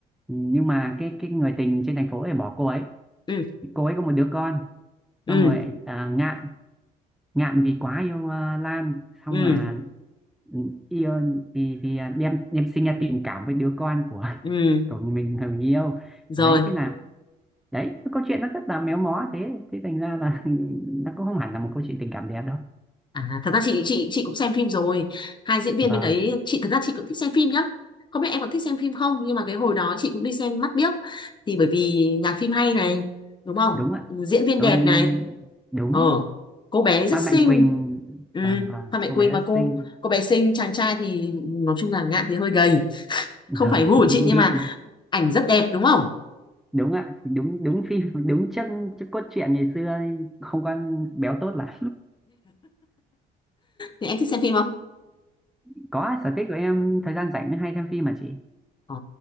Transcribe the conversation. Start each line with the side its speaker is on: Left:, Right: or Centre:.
Centre: nhưng mà cái cái người tình trên thành phố này bỏ cô ấy
Left: ừ
Centre: cô ấy có một đứa con
Left: ừ
Centre: xong rồi à, Ngạn Ngạn vì quá yêu à, Lan xong
Left: ừ
Centre: là yêu thì thì đem đem sinh ra tình cảm với đứa con của
Left: ừ
Centre: <laughs> của mình thằng mình yêu
Left: rồi
Centre: đấy thế là đấy cái câu chuyện nó rất là méo mó thế thế thành ra là <laughs> nó cũng không hẳn là một câu chuyện tình cảm đẹp đâu
Left: à thật ra chị chị chị cũng xem phim rồi hai diễn viên
Centre: vâng
Left: bên đấy chị thật ra chị cũng thích xem phim nhá không biết em có thích xem phim không nhưng mà cái hồi đó chị cũng đi xem mắt biếc thì bởi vì nhạc phim hay này đúng không
Centre: đúng ạ
Left: diễn viên
Centre: Tôi
Left: đẹp này
Centre: đúng
Left: ờ cô bé rất
Centre: Phan
Left: xinh
Centre: Mạnh Quỳnh
Left: ừ
Centre: vâng vâng
Left: Phan Mạnh
Centre: cô
Left: Quỳnh
Centre: bé
Left: mà cô
Centre: xinh
Left: cô bé xinh chàng trai thì nói chung là Ngạn thì hơi gầy
Centre: vâng
Left: không phải gu của chị nhưng
Centre: đi
Left: mà ảnh rất đẹp đúng không
Centre: đúng ạ đúng đúng phim đúng chân chất cốt truyện ngày xưa không con béo tốt lắm
Left: thì em thích xem phim không
Centre: <laughs> có sở thích của em thời gian rảnh hay xem phim mà chị
Left: Ờ,